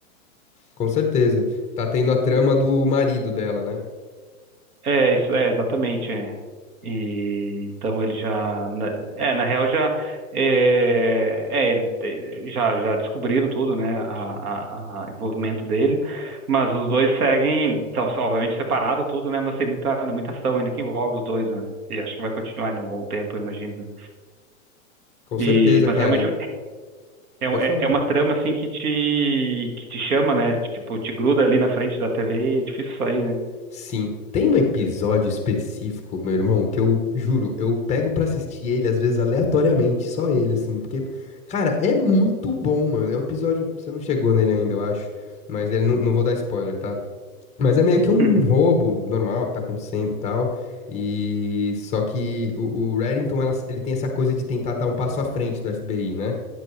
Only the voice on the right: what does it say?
É, isso é exatamente. é. E, então ele já, na- é, na real já, é, é, ele, eh, já, já descobriram tudo, né, a, a, a envolvimento dele, mas os dois seguem, estão obviamente separados tudo, né, mas tem muita, né, muita ação ainda que envolve os dois, né, e acho que vai continuar ainda um bom tempo, eu imagino.
E,
mas
realmente
é,
um- é
é uma trama assim que te, que te chama, né, tipo, te gruda ali na frente da TV e é difícil sair, né.
<laughs>